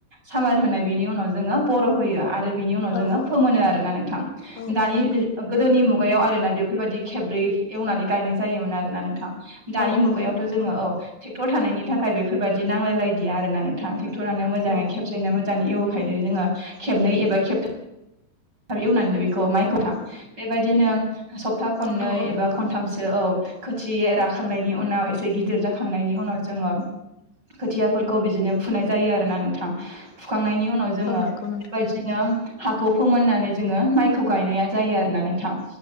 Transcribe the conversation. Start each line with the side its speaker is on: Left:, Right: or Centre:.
Right: सामार हो बिनि उनाव जोङो बर' होयो आरो बि जोङो
Left: औ औ
Right: फोमोनो आरो ना नोंथां
Left: औ
Right: दानि
Left: औ नंगौ
Right: गोदोनि मु गायाव आरोना बेफोरबायदि खेब्रै एवनानै गायनाय जायोमोन आरो ना नोंथां दानि
Left: औ औ
Right: मुगायावथ'
Left: नंगौ नोंथां
Right: जोङो औ थे ट्रेक्टर थानायनि थाखाय बेफोरबायाददि नांलायदिया आर नोंथां ट्रेक्टरानो मोाङै
Left: औ
Right: खेबसेैनो मोजाङ एवखायनो जों ओ खेबनै एबा खेबथाम एवनानैनो बेखौ माइखौ थां बेबायदिनो सप्ता खननै
Left: औ औ
Right: एबा
Left: नंगौ
Right: खनथामसो औ खोथियाया राखांनायनि उनाव एसे गिदिर जाखांनायनि उनाव जोङो खोथियाफोरखौ बिदिनो फुनाय जायो आरो ना नोंथां फु खांनायनि उनाव जोङो
Left: औ नंगौ
Right: बेबायदिनो
Left: नोंथां।
Right: हाखौ फोमोननानै जोङो माइखौ गायनाया जायो आरो ना नोंथां